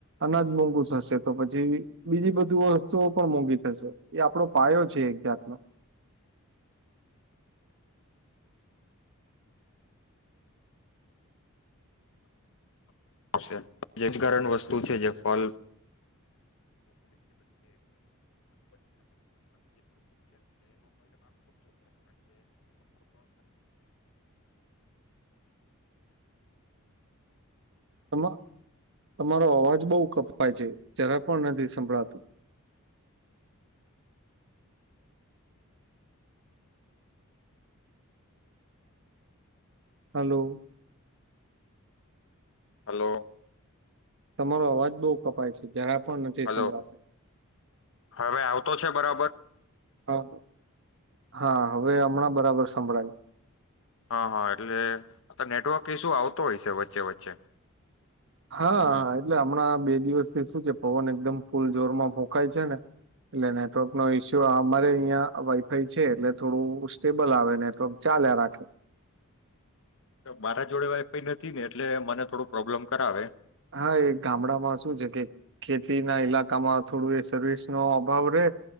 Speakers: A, on the right; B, on the left.
A: અનાજ મોંઘુ થશે તો પછી બીજી બધી વસ્તુઓ પણ મોંઘી થશે. એ આપડો પાયો છે એક જાતનો.
B: આવશે. જૈવિકરણ વસ્તુ છે જે ફળ <inaudible>
A: આમાં તમારો અવાજ બહુ કપાય છે જરા પણ નથી સંભળાતું. હલો.
B: હલો
A: તમારો અવાજ બહુ કપાય છે. જરા પણ નથી
B: હલો.
A: સંભળાતો
B: હવે આવતો છે બરાબર?
A: હા. હા, હવે હમણાં બરાબર સંભળાયું.
B: હા હા એટલે નેટવર્ક ઈશુ આવતો હશે વચ્ચે વચ્ચે.
A: હા.
B: હમ
A: એટલે હમણાં બે દિવસથી શું છે પવન એકદમ ફૂલ જોરમાં ફોંકાય છે ને એટલે નેટવર્ક નો ઈસ્યુ અમારે અહિંયા વાઈફાઈ છે એટલે થોડું સ્ટેબલ આવે નેટવર્ક ચાલ્યા રાખે.
B: મારા જોડે વાઇફાઇ નથી ને એટલે મને થોડું પ્રોબ્લેમ કરાવે.
A: હા એ ગામડામાં શું છે કે ખેતી ના ઈલાકામાં થોડું એ સર્વિસ નો અભાવ રે,